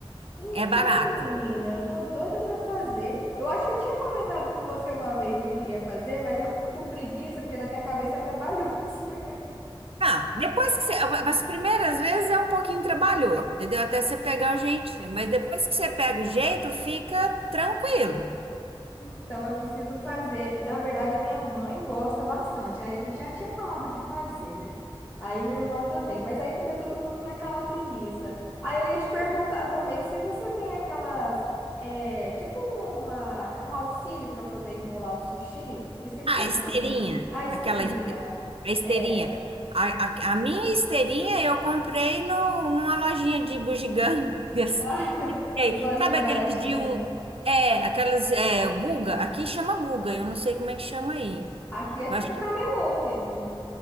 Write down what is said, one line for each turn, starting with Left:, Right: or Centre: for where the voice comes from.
Left: Então,
Right: é barato.
Left: menina, eu tô doida pra fazer. Eu acho que eu tinha comentado com você uma vez que eu queria fazer, mas eu fico com preguiça porque na minha cabeça é trabalhoso. <laughs>
Right: Não, depois que você. As primeiras vezes é um pouquinho trabalhoso, entendeu? Até você pegar o jeitinho. Mas depois que você pega o jeito, fica tranquilo.
Left: Então, eu preciso fazer. Na verdade, a minha mãe gosta bastante. Aí a gente já tinha falado de fazer, né? Aí minha irmã também. Mas aí fica todo mundo naquela preguiça. Aí eu ia te perguntar também se você tem aquelas. É, tipo uma, um auxílio para poder enrolar o sushi. Eu esqueci
Right: Ah,
Left: o
Right: a esteirinha,
Left: nome. A esteirinha.
Right: aquela este- a esteirinha.
Left: É.
Right: A, a- a minha esteirinha eu comprei no, numa lojinha de bugigangas
Left: <laughs>
Right: que tem.
Left: As lojinhas
Right: Sabe aqueles
Left: baratinhas.
Right: de um. É, aquelas. É, Guga, aqui chama Guga, eu não sei como é que chama aí.
Left: Aqui é
Right: Mas
Left: tipo
Right: acho que
Left: camelô mesmo.